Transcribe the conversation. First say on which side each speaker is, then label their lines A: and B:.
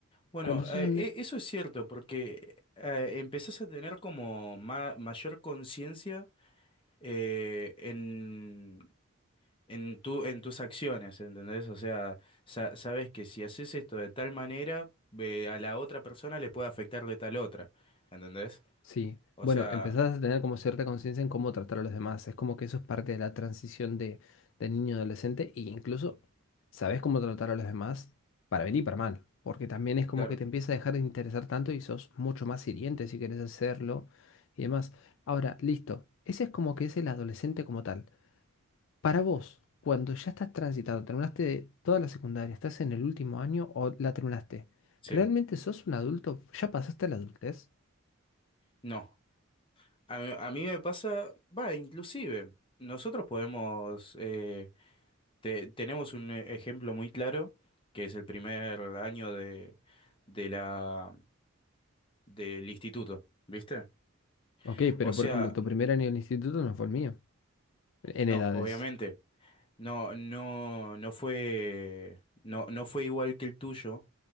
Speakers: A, on the left; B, on the left.
A: Bueno,
B: Cuando sos
A: eh,
B: un nene,
A: e- eso es cierto, porque eh, empezás a tener como ma- mayor conciencia eh, en, en tu, en tus acciones, ¿entendés? O sea, sa- sabes que si haces esto de tal manera, ve, a la otra persona le puede afectar de tal otra, ¿entendés?
B: sí.
A: O
B: Bueno,
A: sea,
B: empezás a tener como cierta conciencia en cómo tratar a los demás. Es como que eso es parte de la transición de, de niño a adolescente e incluso sabés cómo tratar a los demás para bien y para mal. Porque también es como
A: claro,
B: que te empieza a dejar de interesar tanto y sos mucho más hiriente si querés hacerlo y demás. Ahora, listo. Ese es como que es el adolescente como tal. Para vos, cuando ya estás transitado, terminaste toda la secundaria, estás en el último año o la terminaste,
A: sí,
B: ¿realmente sos un adulto? ¿Ya pasaste la adultez?
A: no. A, mí a mí me pasa, va, inclusive, nosotros podemos, eh, te- tenemos un e- ejemplo muy claro, que es el primer año de, de la, del instituto, ¿viste?
B: Ok, pero
A: O sea,
B: por ejemplo, tu primer año en el instituto no fue el mío, en
A: no,
B: edades.
A: obviamente. No, no, no fue, no, no fue igual que el tuyo,